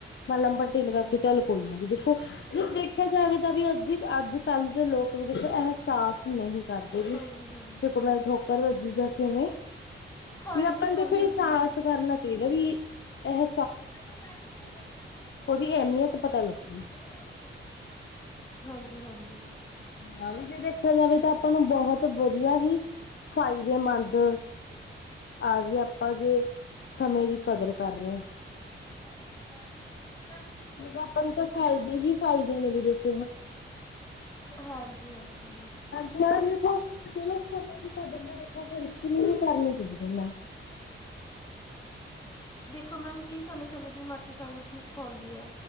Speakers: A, on the left; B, on the left.
A: ਮਲਮ ਪੱਟੀ ਲਵਾ ਕੇ ਚਲ ਕੋਈ ਨਾਂ ਵੀ ਦੇਖੋ ਜੇ ਦੇਖਿਆ ਜਾਵੇ ਤਾਂ ਵੀ ਅੱਜ-ਅੱਜ ਕੱਲ ਦੇ ਲੋਕ ਵੀ ਕਿਤੇ ਅਹਿਸਾਸ ਨਹੀਂ ਕਰਦੇ।
B: ਹਾਂਜੀ
A: ਦੇਖੋ
B: ਹਾਂਜੀ
A: ਮੈਂ ਠੋਕਰ ਵੱਜੀ ਜਾ ਕਿਵੇਂ
B: ਹਾਂਜੀ
A: ਵੀ ਆਪਾਂ ਦੇਖੋ
B: ਹਾਂਜੀ ਹਾਂਜੀ
A: ਇਹਸਾਸ ਕਰਨਾ ਤੇਰਾ ਵੀ ਐਹੇ।
B: ਡੱਬੂ ਲੈ ਪੁੱਤ ਹੋਜਾ ਖੜਾ ਤੈਨੂੰ ਮ
A: ਉਹਦੀ ਅਹਿਮੀਅਤ ਪਤਾ ਲੱਗੂਗੀ।
B: ਕੋਈ ਮਰਜੀ ਚੁੱਕ ਲੇ। ਹਾਂਜੀ-ਹਾਂਜੀ।
A: ਹਾਂਜੀ ਜੇ ਦੇਖਿਆ ਜਾਵੇ ਤਾਂ ਆਪਾਂ ਨੂੰ ਬਹੁਤ ਵਧੀਆ ਹੀ ਸਫਾਈ ਦੇ ਮੰਦ ਆਵੀ ਆਪਾਂ ਜੇ ਸਮੇਂ ਦੀ ਕਦਰ ਕਰ ਰਏ ਆ।
B: ਡੱਬੂ ਚਾਅ ਪੀ ਲੈ ਪੁੱਤ ਤੂੰ ਲੈ ਬੱਬੂ।
A: ਮੈਂ ਕੇਹਾ ਆਪਾਂ ਨੂੰ ਤਾਂ ਫਾਇਦੇ ਹੀ ਫਾਇਦੇ ਨੇ ਦੇਖ
B: ਹਾਂਜੀ-ਹਾਂਜੀ।
A: ਮੈਮ ਦੇਖੋ, ਚਲੋ ਸਮੇਂ ਦੀ ਕਦਰ ਮੈ ਦੇਖੋ ਹਰ ਇੱਕ ਨੂੰ ਹੀ ਕਰਨੀ ਚਾਈਦੀ ਐ ਮੈ
B: <unintelligible> ਦੇਖੋ, ਮੈਮ ਕੀ ਸਮੇਂ -ਸਮੇਂ ਦੀ ਮੱਤ ਸਾਨੂੰ ਕੀ ਸਿਖਾਉਂਦੀ ਐ,